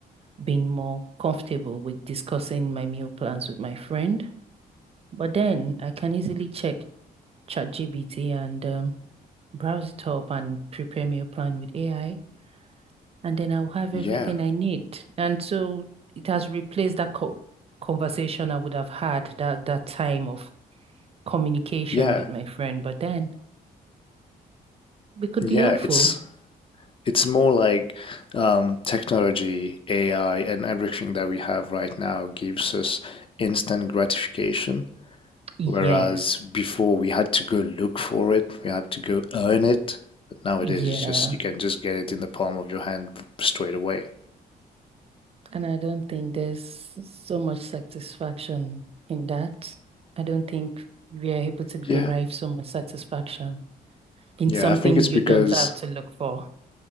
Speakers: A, on the right; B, on the left.
A: been more comfortable with discussing my meal plans with my friend. But then I can easily check ChatGPT and um, browse it up and prepare meal plan with AI and then I'll have
B: Yeah.
A: everything I need. And so it has replaced that co conversation I would have had that that time of communication
B: Yeah.
A: with my friend. But then we could
B: Yeah.
A: be hopeful.
B: It's. It's more like um, technology, AI, and everything that we have right now gives us instant gratification,
A: Yes.
B: whereas before we had to go look for it, we had to go earn it. But nowadays,
A: Yeah.
B: it's just you can just get it in the palm of your hand straight away.
A: And I don't think there's so much satisfaction in that. I don't think we are able to derive
B: Yeah,
A: so much satisfaction in
B: yeah,
A: something
B: I think it's
A: you
B: because
A: don't have to look for.